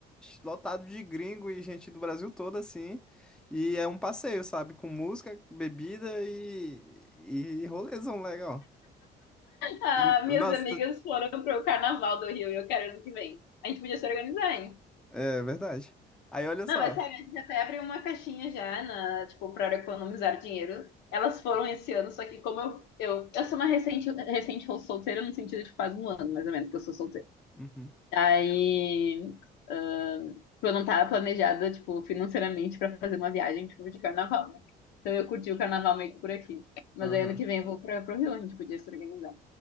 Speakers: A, in the centre; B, on the left.
A: lotados de gringo e gente do Brasil todo, assim. E é um passeio, sabe? Com música, bebida e, e rolezão legal.
B: Ah,
A: E,
B: minhas
A: nossa,
B: amigas
A: tu-
B: foram pro carnaval do Rio e eu quero ano que vem. A gente podia se organizar, hein?
A: é verdade. Aí olha
B: Não,
A: só.
B: é sério, a gente até abriu uma caixinha já, na, tipo, para economizar dinheiro. Elas foram esse ano, só que como eu, eu, eu sou uma recente, recente solteira, no sentido de faz um ano, mais ou menos, que eu sou solteira.
A: Uhum.
B: Aí, ahn, tipo, eu não tava planejada, tipo, financeiramente pra fazer uma viagem, tipo, de carnaval. né? Então eu curti o carnaval meio que por aqui. Mas
A: Aham.
B: aí ano que vem eu vou pra, pro Rio, a gente podia se organizar.